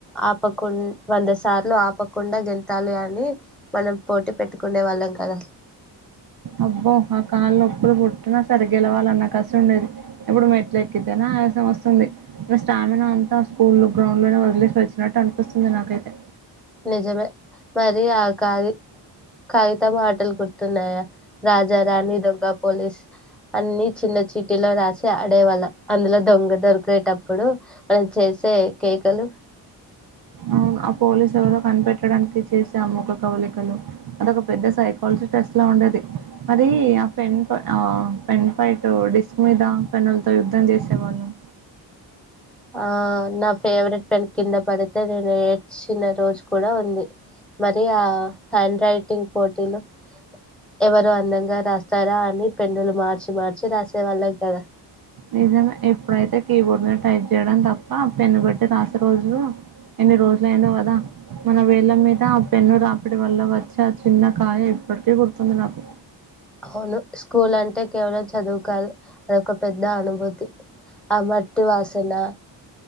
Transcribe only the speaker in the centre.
ఆపకుం వంద సార్లు ఆపకుండా గెంతాలి అని మనం పోటీ పెట్టుకునే వాళ్ళం కదా
నిజమే మరి ఆ కాగి కాగితం ఆటలు గుర్తున్నాయా రాజా రాణి దొంగ పోలీసు అన్ని చిన్న చీటిలో రాసి ఆడేవాళ్ళం అందులో దొంగ దొరికేటప్పుడు మనం చేసి సే కేకలు
ఆ నా ఫేవరెట్ పెన్ కింద పడితే నేను ఏడ్చిన రోజు కూడా ఉంది మరి ఆ హ్యాండ్ రైటింగ్ పోటీలు ఎవరు అందంగా రాస్తారా అని పెన్నులు మార్చి మార్చి రాసే వాళ్ళం కదా
అవును స్కూల్ అంటే కేవలం చదువు కాదు అదొక పెద్ద అనుభూతి ఆ మట్టి వాసన